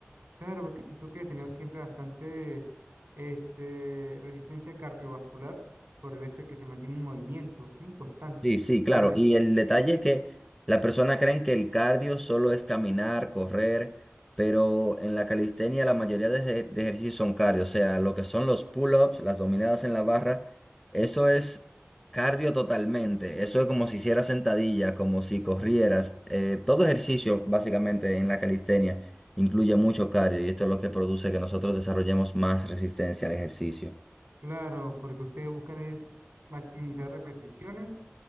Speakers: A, on the right; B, in the centre.
A: Claro, porque siento que tener siempre bastante este, resistencia cardiovascular, por el hecho de que se mantiene en movimiento, ¿sí? Constante.
B: Sí, sí, claro.
A: La,
B: Y el detalle es que las personas creen que el cardio solo es caminar, correr, pero en la calistenia la mayoría de, ejer- de ejercicios son cardio. O sea, lo que son los pull-ups, las dominadas en la barra, eso es cardio totalmente. Eso es como si hicieras sentadillas, como si corrieras. Eh, todo ejercicio, básicamente, en la calistenia incluye mucho cardio y esto es lo que produce que nosotros desarrollemos más resistencia al ejercicio.
A: Claro, porque ustedes buscan es maximizar repeticiones